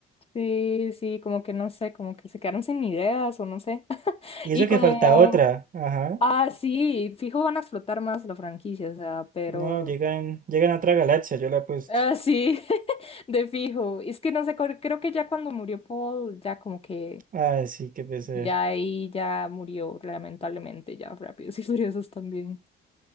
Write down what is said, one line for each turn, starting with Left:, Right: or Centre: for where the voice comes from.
Left: Sí, sí, como que no sé, como que se quedaron sin ideas o no sé. <laughs>
Right: Y eso
Left: Y como,
Right: que falta otra. Ajá.
Left: ah, sí, fijo van a explotar más la franquicia, o sea, pero,
Right: No, llegan, llegan a otra galaxia, yo la apuesto.
Left: ah, sí, <laughs> de fijo. Es que no sé, cre- creo que ya cuando murió Paul, ya como que
Right: Ah, sí, qué pesar.
Left: Ya ahí ya murió, lamentablemente, ya Rápidos y Furiosos también.